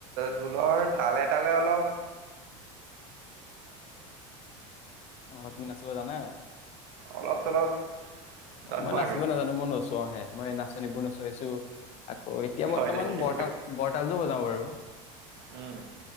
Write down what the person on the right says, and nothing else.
ঢোলৰ তালে তালে অলপ
অলপ চলপ
জানো
আৰু
হয়
নেকি
উম